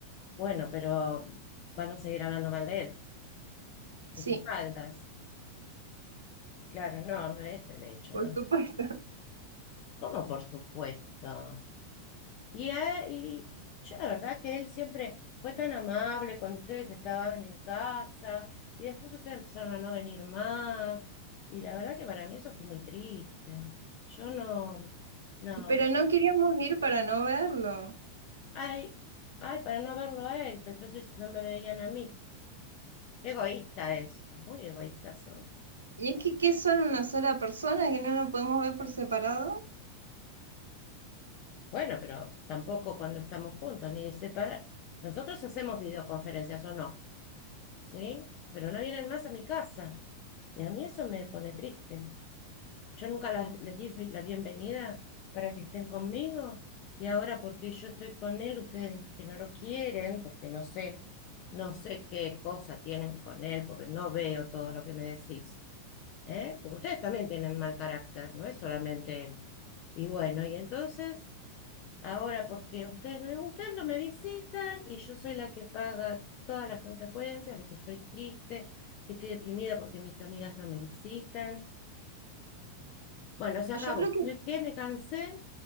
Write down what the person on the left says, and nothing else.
Bueno, pero van a seguir hablando mal de él, mis
espaldas. Claro, no, no es el hecho,
¿no?
¿Cómo por supuesto? Y, a- y yo la verdad que él siempre fue tan amable cuando ustedes estaban en casa y después ustedes empezaron a no venir más. Y la verdad que para mí eso fue muy triste. Yo no, no,
la-
ay, ay, para no verlo a él, pero entonces no me veían a mí. Qué egoísta es, muy egoístas son.
Bueno, pero tampoco cuando estamos juntos, ni separar. Nosotros hacemos videoconferencias o no, ¿sí? Pero no vienen más a mi casa. Y a mí eso me pone triste. Yo nunca las, les di bi- la bienvenida para que estén conmigo y ahora porque yo estoy con él, ustedes que no lo quieren, porque no sé, no sé qué cosa tienen con él, porque no veo todo lo que me decís, ¿eh? Porque ustedes también tienen mal carácter, no es solamente él. Y bueno, y entonces, ahora porque a ustedes no les gustan, no me visitan y yo soy la que paga todas las consecuencias de que estoy triste, que estoy deprimida porque mis amigas no me visitan bueno, se acabó.
No Es que Me cansé,